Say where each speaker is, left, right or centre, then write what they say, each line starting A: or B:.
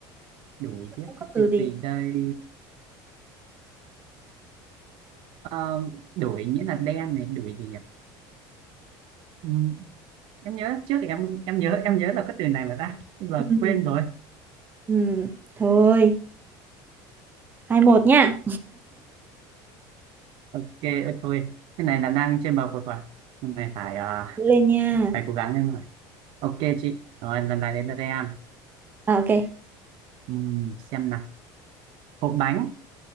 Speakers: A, on the right; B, on the right.
A: đuổi chứ
B: không có từ
A: từ
B: gì
A: gì đây Ờ, đuổi nghĩa là đen này đuổi gì nhỉ ừ, em nhớ trước em em nhớ em nhớ là có từ này mà ta giờ
B: Ừm,
A: quên rồi
B: ừm, thôi hai một nha
A: ok ờ, thôi cái này là đang trên bờ vực rồi cái này phải ờ,
B: lên nha
A: phải cố gắng lên rồi ok chị rồi lần này đến là em
B: à, ok
A: ừ, xem nào hộp bánh